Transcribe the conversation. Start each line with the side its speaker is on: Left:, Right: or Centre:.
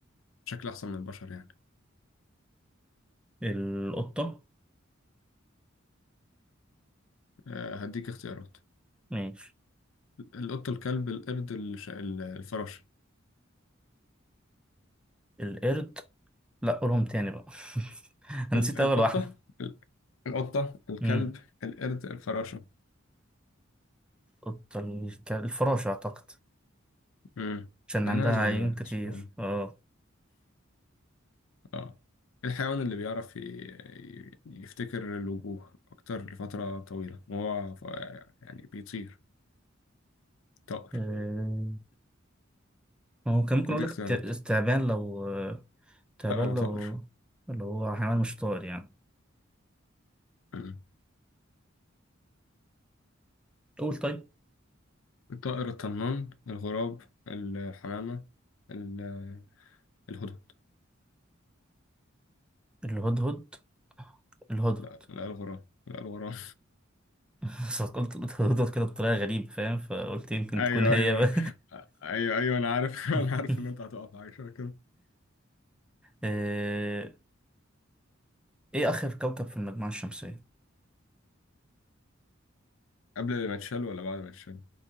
Left: بشكل احسن من البشر يعني
Centre: القطة
Left: آه، هديك اختيارات
Centre: ماشي
Left: القطة الكلب القرد الش... الفراشة
Centre: القرد لا قولهم تاني بقى <laughs> أنا
Left: ال-
Centre: نسيت
Left: القطة
Centre: أول واحدة
Left: ال- القطة الكلب
Centre: مم.
Left: القرد الفراشة
Centre: القطة الك- الفراشة أعتقد
Left: امم
Centre: عشان
Left: مع
Centre: عندها
Left: انها صغيره
Centre: عيون
Left: يعني
Centre: كتير
Left: سبحان الله
Centre: اه
Left: اه الحيوان اللي بيعرف ي- ي- يفتكر الوجوه اكتر لفتره طويله وهو ف- يعني بيطير طائر
Centre: آه، هو كان ممكن أقول
Left: دي
Centre: لك
Left: اختيارات
Centre: الت- التعبان لو التعبان
Left: لا هو طائر
Centre: لو اللي هو حيوان مش طائر يعني
Left: أمم.
Centre: قول طيب
Left: الطائر الطنان الغراب الحمامه ال- الهدهد
Centre: الهدهد الهدهد
Left: لا لا الغراب لا الغراب
Centre: <laughs> بس قلت الهدهد كده بطريقة غريبة فاهم فقلت
Left: <laughs>
Centre: يمكن
Left: ايوه
Centre: تكون هي
Left: ايوه
Centre: بقى
Left: ايوه ايوه ايوه انا عارف <laughs>
Centre: <laughs>
Left: انا عارف ان انت هتقع في حاجه شبه كده
Centre: آه، ايه اخر كوكب في المجموعة الشمسية
Left: قبل ما تشال ولا بعد ما تشال